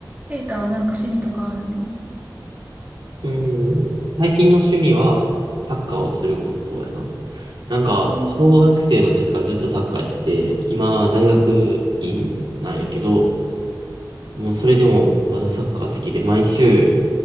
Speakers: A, on the right; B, on the right.
A: ケイタはなんか趣味とかあるの
B: うん、最近の趣味はサッカーをすることやな。なんか、
A: うん。
B: 小学生の時からずっとサッカーやってて、今、大学院なんやけど、
A: うん
B: もうそれでもまだサッカー好きで、毎週